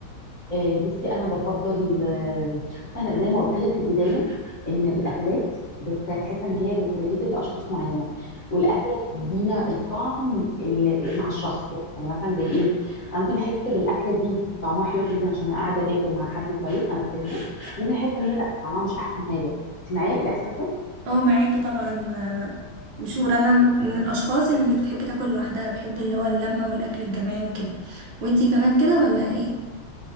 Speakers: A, on the left (about 45°); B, on the right (about 70°).
A: آه، بصي انا بفضل آه، بصي انا زي ما قلت لك في البدايه ان الاكلات بتحس ان هي بتريليتد لاشخاص معينه والاكله بتدينا الطعم اللي مع الشخص يعني مثلا زي ايه انا ممكن احس بالاكله دي طعمها حلو جدا عشان انا قاعده باكل مع حد كويس انا بحبه ممكن احس ان هي لا طعمها مش احسن حاجه انت معايا في الاحساس ده
B: اه معاكي طبعا آه، مشهور انا من من الاشخاص اللي مش بتحب تاكل لوحدها بحب اللي هو اللمه والاكل الجماعي وكده وانتي كمان كده ولا ايه